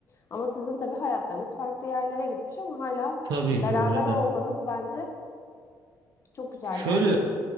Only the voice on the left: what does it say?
Ama sizin tabii hayatlarınız farklı yerlere gitmiş ama hala
beraber
olmanız bence çok güzel
ya.